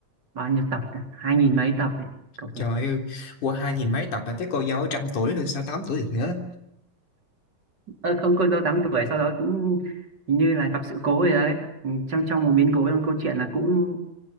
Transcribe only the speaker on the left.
trời ơi qua hai nghìn mấy tập mà tới cô dâu trăm tuổi rồi sao tám tuổi được nữa